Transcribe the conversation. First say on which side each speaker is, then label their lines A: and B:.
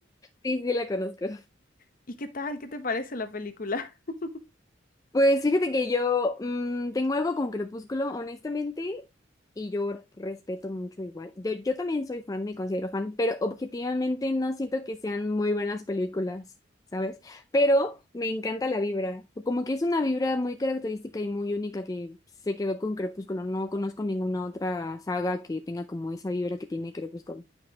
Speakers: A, on the left (about 20°); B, on the left (about 45°).
A: Sí, sí, la conozco.
B: <laughs> ¿Y qué tal? ¿Qué te parece la película? <laughs>
A: Pues fíjate que yo mm, tengo algo con Crepúsculo, honestamente, y yo respeto mucho igual. Yo, yo también soy fan, me considero fan, pero objetivamente no siento que sean muy buenas películas, ¿sabes? Pero me encanta la vibra, como que es una vibra muy característica y muy única que se quedó con Crepúsculo. No conozco ninguna otra saga que tenga como esa vibra que tiene Crepúsculo.